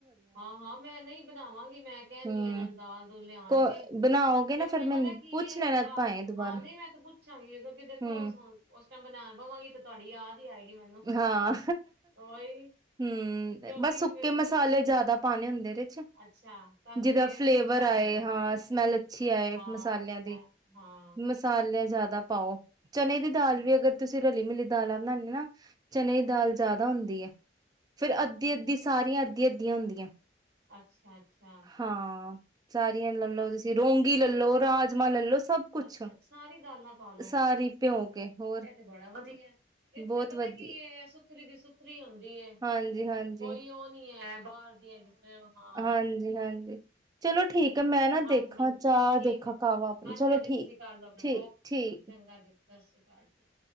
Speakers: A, on the right; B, on the right.
A: ਹਾਂ ਹਾਂ ਮੈਂ ਨਹੀਂ ਬਣਾਵਾਂਗੀ ਮੈਂ ਕਹਿਣਦੀ
B: ਹਮ
A: ਇਹਨਾਂ ਨੂੰ ਦਾਲ ਲਿਆਉਣਗੇ
B: ਕੋ ਬਣਾਓਗੇ ਨਾ
A: ਇੱਕ
B: ਫੇਰ
A: ਤੇ
B: ਮੈਨੂੰ
A: ਪਤਾ ਕੀ
B: ਪੁੱਛ
A: ਇਹ
B: ਲੈਣਾ
A: ਘਰ
B: ਭਾਏ ਦੁਬਾਰਾ
A: ਹਾਂ ਨਹੀਂ ਮੈਂ ਤੇ ਪੁੱਛਾਂਗੀ ਕਿਉਂਕਿ ਦੇਖੋ
B: ਹੂੰ
A: ਬਣਾਉਣ ਪਵਾਂਗੇ ਤੇ ਤੁਹਾਡੀ ਯਾਦ ਹੀ ਆਏਗੀ ਮੈਨੂੰ
B: ਹਾਂ
A: ਉਹੀ
B: ਹਮ
A: ਕਿਉਂਕਿ
B: ਬਸ ਸੁੱਕੇ
A: ਮੈਂ-
B: ਮਸਾਲੇ ਜਿਆਦਾ ਪਾਉਣੇ ਹੁੰਦੇ।
A: ਅੱਛਾ ਤਾਂ ਕਿ
B: ਜਿਦਾ
A: ਟੇਸਟ
B: ਫਲੇਵਰ
A: ਅੱਛਾ
B: ਆਏ
A: ਆਵੇ
B: ਹਾਂ ਸਮੈਲ ਅੱਛੀ ਆਏ
A: ਹਾਂ
B: ਮਸਾਲਿਆਂ
A: ਉਸਨੇ
B: ਦੀ
A: ਹਾਂ-ਹਾਂ
B: ਮਸਾਲਿਆਂ ਜ਼ਿਆਦਾ ਪਾਓ। ਚਨ ਦੀ ਦਾਲ ਵੀ ਅਗਰ ਤੁਸੀਂ ਸੀ ਰਲੀ ਮਿਲੀ ਦਾਲਾਂ ਬਣਾਨਦੇ ਚਨ ਦੀ ਦਾਲ ਜਿਆਦਾ ਹੁੰਦੀ ਹੈ। ਫੇਿਰ ਅੱਧੀ ਅੱਧੀ ਸਾਰੀਆਂ ਅੱਧ ਅਧੀ ਅੱਧੀਆਂ ਹੁੰਦੀਆਂ।
A: ਅੱਛਾ, ਅੱਛਾ
B: ਹਾਂ ਸਾਰੀਆਂ ਲੈ ਲੋ ਤੁਸੀਂ ਰੋਂਗੀ ਲੈ ਲੋ
A: ਤੇ
B: ਰਾਜਮਾਂ ਲੈਲੋ ਸਭ ਕੁਛ
A: ਅੱਛਾ ਸਾਰੀ ਦਾਲਾਂ ਪਾ ਲੋ
B: ਸਾਰੀ ਭਿਉਂ ਕੇ ਹੋਰ
A: ਇਹ ਤੇ ਬੜਾ ਵਧੀਆ ਹੈ। ਇੱਕ
B: ਬਹੁਤ
A: ਤੇ ਪਤਾ ਕੀ
B: ਵਧੀਆ
A: ਐ ਸੁਥਰੀ ਦੀ ਸੁਥਰੀ ਹੁੰਦੀ
B: ਹਾਂਜੀ-ਹਾਂਜੀ,
A: ਕੋਈ ਉਹ ਨੀ ਹੈ, ਬਾਹਰ ਦੀਆਂ ਕਿਸ ਹਾਂ।
B: ਹਾਂਜੀ-ਹਾਂਜੀ। ਚਲੋ ਠੀਕ
A: ਸਹੀ
B: ਐ, ਮੈਂ ਨਾ
A: ਹਾਂਜੀ,
B: ਦੇਖਾਂ
A: ਹਾਂਜੀ
B: ਚਾਹ
A: ਠੀਕ
B: ਦੇਖਾਂ
A: ਹੈ।
B: ਕਾਵਾ ਆਪਣੀ
A: ਹਾਂਜੀ,
B: ਚਲੋ
A: ਹਾਂਜੀ
B: ਠੀਕ,
A: ਤੁਸੀਂ ਕਰ ਲਓ ਆਪਣਾ
B: ਠੀਕ,
A: ਓਕੇ
B: ਠੀਕ।
A: ਚੰਗਾ ਜੀ ਸਤਿ ਸ਼੍ਰੀ ਅਕਾਲ। ਕਾਰ ਦਿਯੋ।